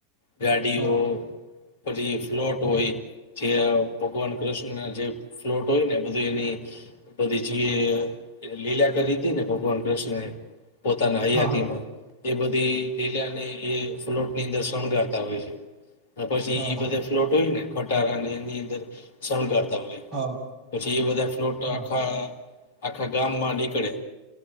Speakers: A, on the left; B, on the right.
A: ગાડીઓ
B: હા
A: પછી ફ્લોટ હોય જે ભગવાન કૃષ્ણને જે ફ્લોટ હોયને બધું એની બધી જેએ લીલા કરી હતી ને ભગવાન કૃષ્ણ એ પોતાના હયાતીમાં
B: હા
A: એ બધી લીલાને એ ફ્લોટની અંદર શણગારતા હોય છે. પછી
B: હા
A: ઈ બધે ફ્લોટ હોય ને ખટારા એની અંદર શણગાર તા હોપ
B: હા
A: પછી એ બધા ફ્લોટને
B: હા
A: આખા આખા ગામમાં નીકળે